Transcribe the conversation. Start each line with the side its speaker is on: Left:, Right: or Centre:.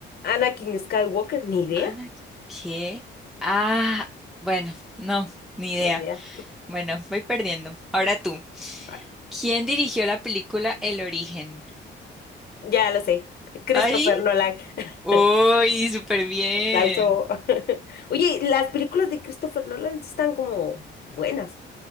Left: Anakin Skywalker, ni idea,
Centre: Ana, ¿qué? Ah, bueno, no, ni idea.
Left: ni idea.
Centre: Bueno, voy perdiendo. Ahora tú.
Left: Ay,
Centre: ¿Quién dirigió la película El Origen?
Left: Ya la sé. Christopher
Centre: ¡Ay!
Left: Nolan. <laughs>
Centre: ¡Uy, súper bien!
Left: Aplauso. <laughs> Oye, las películas de Christopher Nolan sí están como buenas.